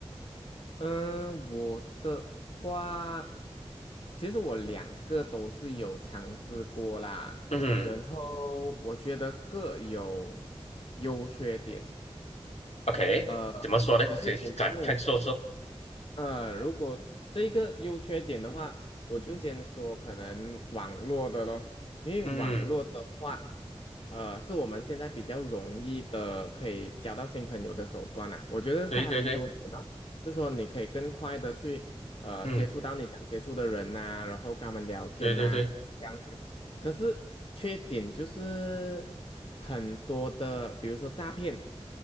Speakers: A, on the left; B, on the left.
A: 嗯，我的话，其实我两个都是有尝试过啦，
B: 嗯
A: 然后我觉得各有优缺点，
B: ，OK，
A: 呃，
B: 怎么说呢？
A: 可是你问我
B: 先展开说说。
A: 呃，如果这个优缺点的话，我就先说可能网络的咯，因为网络的话，
B: 嗯，
A: 呃，是我们现在比较容易的可以交到新朋友的手段啦、我觉得是它的优点咯，
B: 对对对，
A: 就是说你可以更快的去呃接触到你想接触的人呐、
B: 嗯，
A: 然后跟他们聊天呐、
B: 对对对，
A: 这样子。可是缺点就是很多的，比如说诈骗，